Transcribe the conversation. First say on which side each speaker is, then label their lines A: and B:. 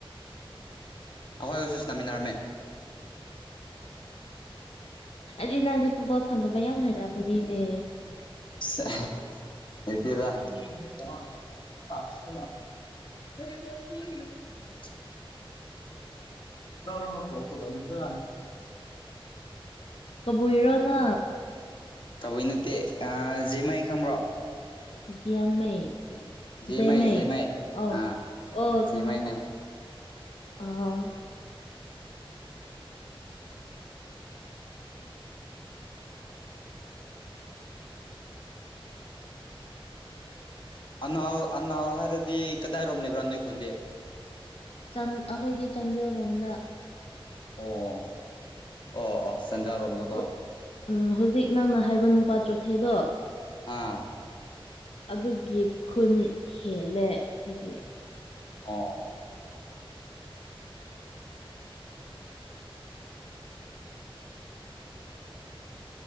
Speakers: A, on the left; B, on the left.
A: ꯑꯩꯈꯣꯏ ꯑꯣꯏꯁꯨ ꯁ ꯅꯃꯤꯟꯅꯔꯝꯃꯦ
B: ꯔꯤ ꯅꯪꯗꯤ ꯐꯨꯠꯕꯣꯜ ꯁꯥꯟꯅꯕ ꯌꯥꯝ ꯍꯩꯔꯛꯑꯝꯕꯅꯤꯅꯦ
A: ꯔ ꯑ ꯄꯣꯕꯂꯦꯝ ꯄꯣ ꯀꯗꯣꯠꯇ
B: ꯀꯕꯨ ꯏꯔꯣꯅ
A: ꯇꯧꯕꯣꯏ ꯅꯠꯇꯦ ꯑ ꯖꯦꯃꯥꯏ ꯈꯪꯕ꯭ꯔꯣ
B: ꯖꯤꯌꯥꯪ ꯃꯩꯩꯃꯩ
A: ꯖꯦꯃꯥꯏ ꯖꯦꯃꯥꯏ
B: ꯑ
A: ꯑꯥ
B: ꯑꯣ ꯈꯉꯦ
A: ꯖꯦꯃꯥꯏꯅꯦ
B: ꯑꯥ
A: ꯑꯅꯥꯎ ꯑꯅꯥꯎ ꯍꯥꯏꯔꯗꯤ ꯀꯗꯥꯏꯔꯣꯝ ꯂꯩꯕ꯭ꯔꯥ ꯅꯣꯏꯈꯣꯟꯗꯤ
B: ꯑꯩꯈꯣꯏꯒꯤ ꯆꯥꯟꯗꯦꯜ ꯔꯣꯝꯗ
A: ꯑꯣ ꯑꯣ ꯑꯣ ꯁꯦꯟꯖꯥꯔꯣꯝꯗꯀꯣ
B: ꯍꯨ- ꯎꯝ ꯍꯧꯖꯤꯛ ꯅꯪꯅ ꯍꯥꯏꯕ ꯅꯨꯄꯥ ꯆꯣꯊꯩꯗꯣ
A: ꯑꯥ
B: ꯑꯗꯨꯒꯤ ꯈꯨꯟ ꯍꯦꯜꯂꯦ ꯍꯥꯏꯗꯤ
A: ꯑ